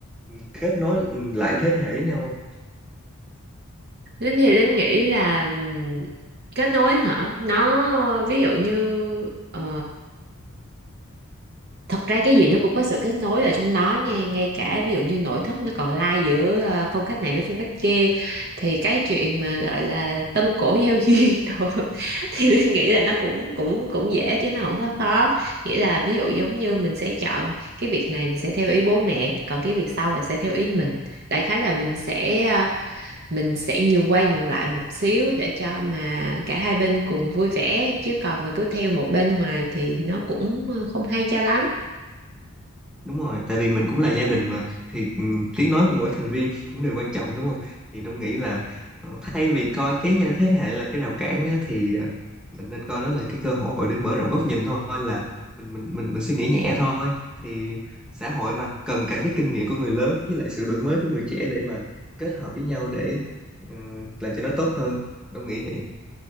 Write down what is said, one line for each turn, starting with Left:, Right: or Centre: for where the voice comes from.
Centre: ừm, kết nối ừm, lại thế hệ với nhau không?
Right: Linh thì Linh nghĩ là ừm, kết nối hả? Nó ví dụ như ờ, thật ra cái gì nó cũng có sự kết nối ở trong đó nha, ngay cả ví dụ như nội thất nó còn lai giữa ờ, phong cách này với phong cách kia thì cái chuyện mà gọi là tân cổ giao duyên <laughs> đồ thì Linh nghĩ là nó cũng cũng cũng dễ chứ nó không có khó. Nghĩa là ví dụ giống như mình sẽ chọn cái việc này thì sẽ theo ý bố mẹ, còn cái việc sau thì sẽ theo ý mình. Đại khái là mình sẽ ờ, mình sẽ nhường qua nhường lại một xíu để cho mà cả hai bên cùng vui vẻ chứ còn mà cứ theo một bên hoài thì nó cũng ờ, không hay cho lắm
Centre: Đúng rồi, tại vì mình cũng là gia đình mà thì ừm, tiếng nói của mỗi thành viên <laughs> cũng đều quan trọng đúng không? Thì Đông nghĩ là ờ, thay vì coi cái ờ, thế hệ là cái rào cản á, thì ờ, mình nên coi nó là cái cơ hội để mở rộng góc nhìn thôi là mình mình mình, mình suy nghĩ nhẹ thôi thì xã hội mà cần cả cái kinh nghiệm của người lớn với lại sự đổi mới của người trẻ để mà kết hợp với nhau để ừm, làm cho nó tốt hơn. Đông nghĩ vậy.